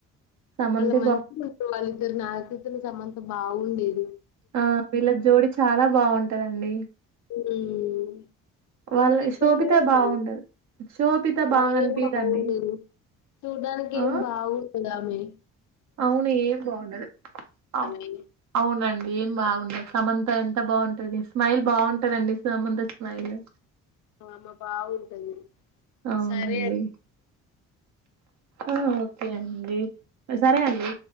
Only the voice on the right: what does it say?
సమంతే
బా
ఆహ్ వీళ్ళా జోడి చాలా బాగుంటదండి.
వాళ్ళ
శోభిత బాగుండదు
శోభిత బాగా
అనిపియదండి
ఆ
అవును ఏం బావుండదు అవ్
అవునదే. ఏం బాగుండదు సమంత ఎంత బావుంటది స్మైల్ బాగుంటదండి సమంత స్మైలు.
అవునండి
ఆహ్ ఓకే అండి. సరే అండి.